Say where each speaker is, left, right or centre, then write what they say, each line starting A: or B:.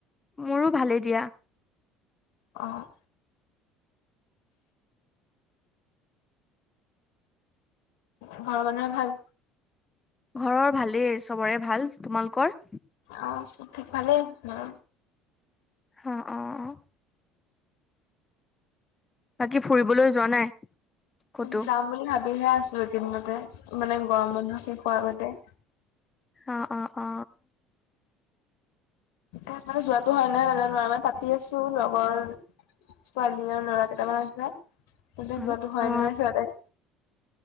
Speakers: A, on the left; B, on the left.
A: মোৰো ভালেই দিয়া।
B: উম' ঘৰৰ মানুহৰ ভাল?
A: ঘৰৰ ভালেই চবৰে ভাল। তোমালোকৰ?
B: অ' <unintelligible> ভালেই অ।
A: অ' অ অ বাকী ফুৰিবলৈ যোৱা নাই? ক'তো
B: যাম বুলি ভাবিহে আছো এইকিদিনতে। মানে গৰম বন্ধ শেষ হোৱাৰ আগতে।
A: অ' অ' অ
B: তাপা যোৱাতো হয় নহয় নাজানো আৰু মানে পাতি আছো লগৰ ছোৱালী আৰু ল'ৰা কেইটামান আছে। পিছত
A: অ
B: যোৱাতটো হয়নে
A: অ
B: নহয় সিহঁতে